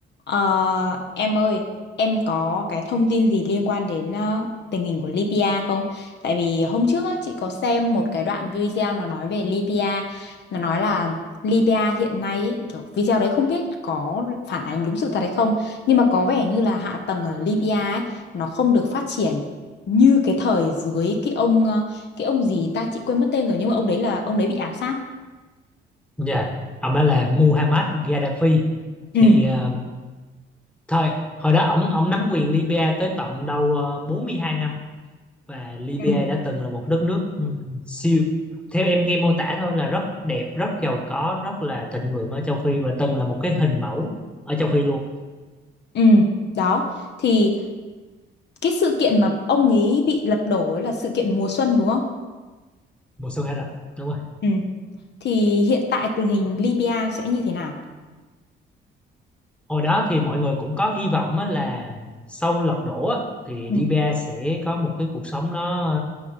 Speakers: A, on the left (about 60°); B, in the centre.
A: Ờ, em ơi, em có cái thông tin gì liên quan đến ờ, tình hình của Libya không? Tại vì hôm trước á, chị có xem một cái đoạn video nó nói về Libya, nó nói là Libya hiện nay ý, kiểu video đấy không biết có phản ánh đúng sự thật hay không, nhưng mà có vẻ như là hạ tầng ở Libya ấy nó không được phát triển như cái thời dưới cái ông ờ, cái ông gì ta chị quên mất tên rồi nhưng mà ông đấy là ông đấy bị ám sát.
B: Dạ, Ông đó là Muhammad Gaddafi
A: Ừ.
B: thì ờ, thời hồi đó ổng ổng nắm quyền Libya tới tận đâu ờ, bốn mươi hai năm và Libya
A: Ừ.
B: đã từng là một đất nước ừm, siêu theo em nghe mô tả thôi là rất đẹp, rất giàu có, rất là thịnh vượng ở châu Phi và từng là một cái hình mẫu ở châu Phi luôn,
A: Ừ, đó thì cái sự kiện mà ông ấy bị lật đổ ấy là sự kiện mùa xuân đúng không?
B: mùa xuân Ả Rập. Đúng rồi.
A: ừ Thì hiện tại tình hình Libya sẽ như thế nào?
B: Hồi đó thì mọi người cũng có hy vọng á là sau lật đổ á, thì
A: ừ
B: Libya sẽ có một cái cuộc sống nó